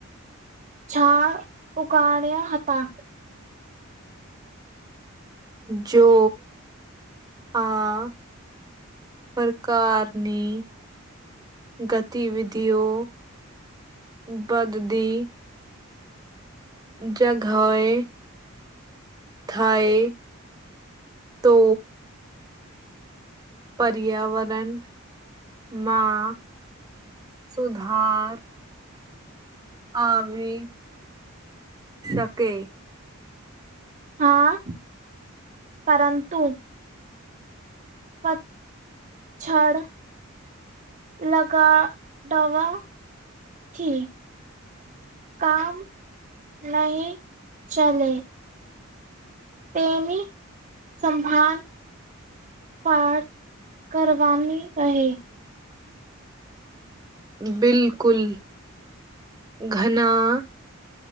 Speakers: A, on the right; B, on the right.
A: ઝાડ ઉગડ્યા હતા.
B: જો આ પ્રકારની ગતિવિધિઓ બદદી જગા હૈ થાય તો પર્યાવરણ માં સુધાર આવી શકે.
A: હા પરંતુ. પતજડ લગાડવાથી કામ નહીં ચલે. તેની સંભાન પાર કરવાની રહે.
B: બિલકુલ ઘના